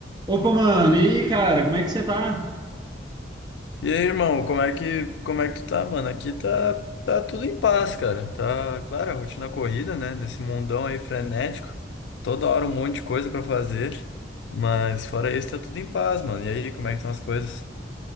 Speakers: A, on the right; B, on the left.
A: Opa, mano, e aí, cara, como é que você tá?
B: E aí, irmão, como é que, como é que tu tá, mano? Aqui tá, tá tudo em paz, cara. Tá, claro, a rotina corrida, né? Nesse mundão aí frenético. Toda hora um monte de coisa pra fazer. Mas fora isso, tá tudo em paz, mano. E aí, como é que estão as coisas?